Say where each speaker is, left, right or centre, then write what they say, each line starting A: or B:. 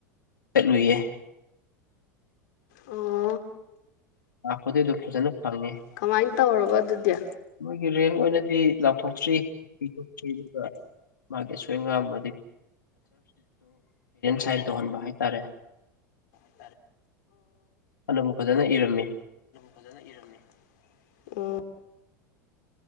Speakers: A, on the left (about 80°); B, on the left (about 65°).
A: ꯆꯠꯂꯨꯏꯌꯦ
B: ꯑꯣ
A: ꯂꯥꯛꯄꯥꯗꯤ ꯑꯗꯨꯝ ꯐꯖꯅ ꯐꯪꯉꯦ
B: ꯀꯃꯥꯏ ꯇꯧꯔꯕ ꯑꯗꯨꯗꯤ
A: ꯃꯣꯏꯒꯤ ꯔꯦꯟ ꯑꯣꯏꯅꯗꯤ ꯂꯥꯎꯊꯣꯛꯇ꯭ꯔꯤ ꯄꯤꯊꯣꯛꯇ꯭ꯔꯤ ꯑꯗꯨꯒ ꯃꯥꯒꯤ ꯑꯁꯣꯏ ꯑꯉꯥꯝꯃꯗꯤ ꯁꯥꯏꯟ ꯇꯧꯍꯟꯕ ꯍꯥꯏꯇꯥꯔꯦ
B: ꯁꯅꯤ
A: ꯑꯗꯨꯅꯕꯨ ꯐꯖꯅ ꯏꯔꯝꯃꯤ
B: ꯐꯖꯅ ꯏꯔꯝꯃꯦ ꯎ